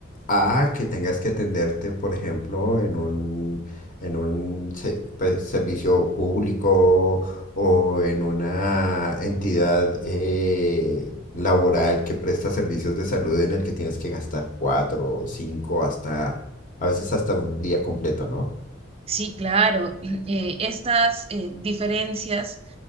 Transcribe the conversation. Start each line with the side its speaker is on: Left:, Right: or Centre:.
Left: a que tengas que atenderte, por ejemplo, en un, en un se- pues, servicio público o en una entidad eh, laboral que presta servicios de salud en el que tienes que gastar cuatro o cinco hasta a veces hasta un día completo, ¿no?
Right: sí, claro. <clears throat> Eh, estas eh, diferencias